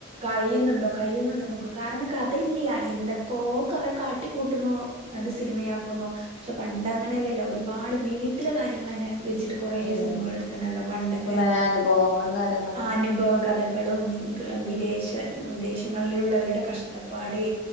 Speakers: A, on the right (about 30°); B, on the left (about 65°).
A: കഴിയുന്നുണ്ടൊ കയ്യുന്നുണ്ടോന്ന് നോക്ക് കാരണം കഥയില്ല എന്തൊക്കോ കുറെ കാട്ടിക്കൂട്ടുന്നോ അത് സിനിമയാക്കുന്നു പക്ഷെ പണ്ട് അങ്ങനെല്ലല്ലോ ഒരുപാട് വീട്ടിലെ കാര്യങ്ങൾന്നെ വെച്ചിട്ട് കൊറേ
B: ഉം
A: സിനിമകൾ എടുത്ത്ണല്ലോ പണ്ടൊക്കെ
B: കൊറേ അനുഭവങ്ങളും കാര്യങ്ങളൊക്കെ
A: അനുഭവ കഥകളും ഉം വിദേശ വിദേശങ്ങളിലുള്ളവരുടെ കഷ്ടപ്പാടെ